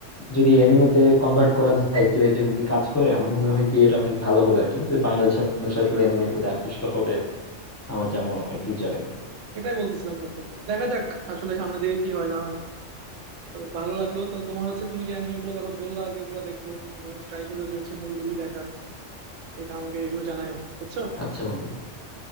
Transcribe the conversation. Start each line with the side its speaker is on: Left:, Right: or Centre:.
Left: যদি অ্যানিমেতে কনভার্ট করা যায় কেউ একজন যদি কাজ করে আমার মনে হয় কি এটা অনেক ভালো হবে আর কি কিন্তু বাংলাদেশের মানুষ আসলে অ্যানিমের প্রতি আকৃষ্ট হবে আর কি আমার যা মনে হয় ফিউচারে
Right: এটাই বলতেছিলাম বন্ধু দেখা যাক আসলে সামনে দিকে কি হয় না হয় তবে ভালো লাগলো তো তোমার হচ্ছে তুমি যে অ্যানিমে গুলোর কথা বললা আর কি ওগুলো দেখবো তুমি ট্রাই করো যে হচ্ছে মুভি টুভি দেখার দেখে আমাকে রিভিউ জানাও বুঝছো
Left: আচ্ছা বন্ধু